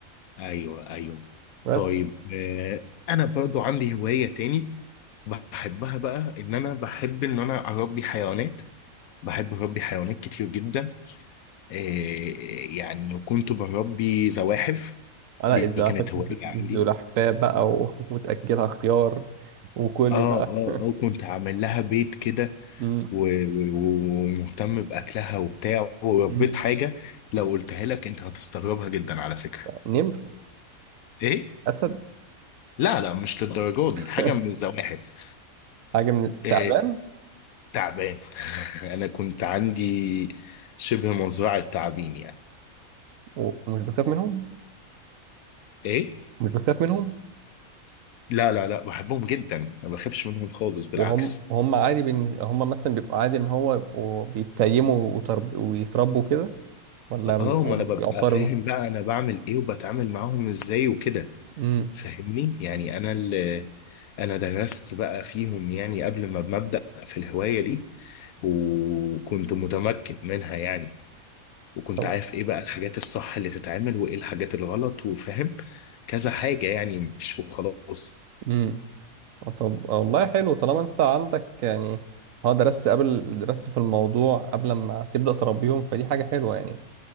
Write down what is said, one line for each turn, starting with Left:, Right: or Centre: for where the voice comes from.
Left: ايوه ايوه
Right: بس
Left: طيب آه انا برضو عندي هواية تاني بحبها بقى ان انا بحب ان انا اربي حيوانات بحب اربي حيوانات كتير جدا آه يعني كنت بربي زواحف
Right: انا
Left: دي
Right: الزمالك
Left: كانت هواية
Right: الزلحفاه
Left: عندي
Right: بقى و- <laughs> وتاكلها خيار وكلي
Left: اه
Right: بقى
Left: اه
Right: <laughs>
Left: اه كنت عامل لها بيت كده
Right: مم.
Left: و- و- ومهتم باكلها وبتاع وربيت
Right: مم.
Left: حاجة لو قلتها لك انت هتستغربها جدا على فكرة
Right: نمر
Left: ايه
Right: اسد
Left: لا لا مش للدرجه دي حاجه
Right: <laughs>
Left: من الزواحف
Right: حاجه من التعبان
Left: إيه تعبان <laughs> انا كنت عندي شبه مزرعه تعابين يعني
Right: ومش بخاف منهم
Left: ايه
Right: مش بخاف منهم
Left: لا لا لا بحبهم جدا ما بخافش منهم خالص بالعكس
Right: وهم هم عادي بالنس... هم مثلا بيبقوا عادي ان هو يبقوا بيتيموا وترب... ويتربوا كده ولا بيبقوا
Left: اه ما انا ببقى
Right: بيعترضوا
Left: فاهم بقى انا بعمل ايه وبتعامل معاهم ازاي وكده
Right: امم
Left: فاهمني يعني انا اللي انا درست بقى فيهم يعني قبل ما ببدأ في الهوايه دي وكنت متمكن منها يعني وكنت
Right: طب
Left: عارف ايه بقى الحاجات الصح اللي تتعمل وايه الحاجات الغلط وفاهم كذا حاجة يعني مش وخلاص
Right: امم طب والله حلو طالما انت عندك يعني اه درست قبل درست في الموضوع قبل ما تبدأ تربيهم فدي حاجة حلوة يعني